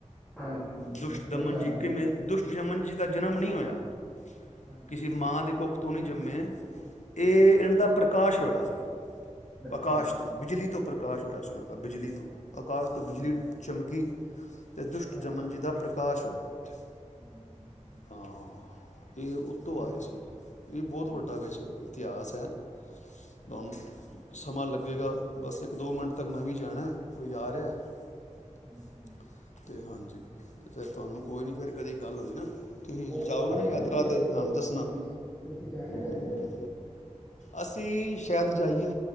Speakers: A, in the centre; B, on the left (about 70°).
A: ਹਾਂਜੀ ਹਾਂਜੀ
B: ਦੁਸ਼ਟਦਮਨ
A: ਕੋਈ ਗੱਲ
B: ਜੀ ਕਿਵੇਂ
A: ਨਹੀਂ
B: ਦੁਸ਼ਟਦਮਨ ਜੀ ਦਾ ਜਨਮ ਨਹੀਂ ਹੋਇਆ
A: ਹਾਂਜੀ
B: ਕਿਸੇਸੀ
A: ਹਾਂਜੀ
B: ਮਾਂ ਦੇ ਕੁੱਖ ਤੋਂ ਨਹੀਂ ਜੰਮੇ ਇਹ
A: ਹਾਂਜੀ
B: ਇਹਨਾਂਦਾ ਪ੍ਰਕਾਸ਼ ਇ ਸੀ
A: ਅੱਛਾ
B: ਆਕਾਸ਼
A: ਅੱਛਾ
B: ਤੋਂ ਬਿਜਲੀ ਤੋਂ ਉੱਪਰ ਪ੍ਰਕਾਸ਼ ਹੋਇਆ ਚਣ ਦਾ ਬਿਜਲੀ ਤੋਂ ਆਕਾਸ਼
A: ਹਾਂਜੀ
B: ਤੋਂ ਬਿਜਲੀ ਚਮਕੀ ਅਤੇ
A: ਤੇ
B: ਦੁਸ਼ਟ
A: ਪ੍ਰਕਾਸ਼
B: ਜਮਨ ਜੀ ਦਾ ਪ੍ਰਕਾਸ਼ ਹੋਇਆ ਉੱਥੇ
A: ਹਾਂਜੀ ਹਾਂਜੀ
B: ਹਾਂ ਇਹ ਉੱਤੋਂ
A: ਚਲੋ
B: ਆਏ ਸੀ ਇਹ ਬਹੁਤ
A: ਹਾਂਜੀ
B: ਵੱਡਾ ਇਤਿਹਾਸ ਹੈ ਤੁਹਾਨੂੰ ਸਮਾਂ ਲੱਗ ਅੱਗੇਗਾ ਬਸ ਇੱਕ ਦੋ ਮਿੰਟ ਤੱਕ ਮੈਂ ਵੀ ਜਾਣਾ ਕੋਈ <unintelligible>
A: ਹਾਂਜੀ ਹਾਂਜੀ
B: ਤੇ ਹਾਂਜੀ ਤੇ ਫਿਰ ਤੁਹਾਨੂੰ ਕੋਈ ਨੀ ਫੇਰ ਕਦੇ ਗੱਲ ਹੋਈ ਨਾ ਤੁਸੀਂ
A: ਤੇ
B: ਜਾਓਗੇ
A: ਭਾਜੀ
B: ਨਾ ਯਾਤਰਾ
A: ਵੈਸੇ
B: ਤੇ ਦੱਸਣਾ
A: ਹਾਂਜੀ ਤੁਸੀਂ ਜਾਣਾ ਵੈਸੇ
B: ਜਾਣੇ ਅਸੀਂ ਸ਼ਾਇਦ ਜਾਈਏ